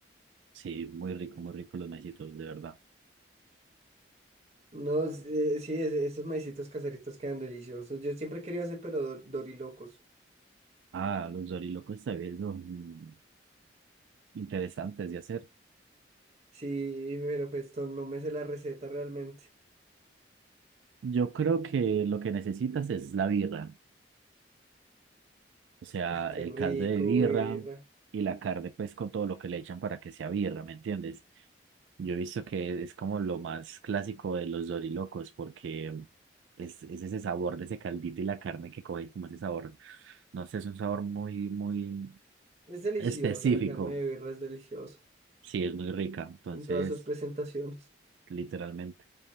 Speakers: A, on the right; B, on the right.
A: Sí, muy rico, muy rico los maicitos, de verdad.
B: No, s- eh, sí, es- esos maicitos caseritos quedan deliciosos. Yo siempre quería hacer, pero do- dorilocos.
A: Ah, los dorilocos también son interesantes de hacer.
B: Sí, pero pues no no me sé la receta realmente.
A: Yo creo que lo que necesitas es la birra. O sea,
B: <laughs> Qué
A: el
B: rico,
A: caldo de birra
B: birra.
A: y la carne, pues con todo lo que le echan para que sea birra, ¿me entiendes? Yo he visto que es como lo más clásico de los dorilocos, porque es, es ese sabor de ese caldito y la carne que coge, como ese sabor, no sé, es un sabor muy, muy
B: Es deliciosa,
A: específico.
B: la carne de birra es deliciosa.
A: Sí, es muy rica, entonces,
B: En todas sus presentaciones.
A: literalmente.